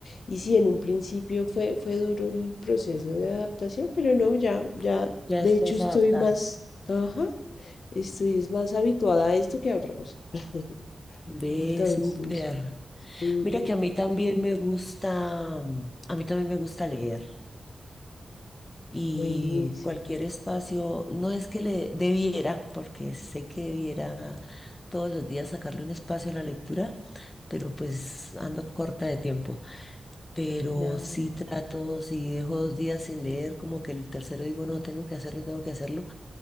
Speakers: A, on the left; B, on the left.
A: Y sí, en un principio fue, fue duro el proceso de adaptación, pero no, ya, ya,
B: Ya
A: de
B: estás
A: hecho estoy
B: adaptada.
A: más, ajá, estoy es más habituada a esto que a otra cosa. <laughs>
B: Ve,
A: Entonces,
B: súper.
A: ujú,
B: Mira que a mí también me gusta, mm, a mí también me gusta leer y
A: buenísimo,
B: cualquier espacio, no es que le debiera, porque sé que debiera todos los días sacarle un espacio a la lectura, pero pues ando corta de tiempo. Pero
A: claro,
B: sí trato, si dejo dos días sin leer, como que el tercero digo, no, tengo que hacerlo, tengo que hacerlo.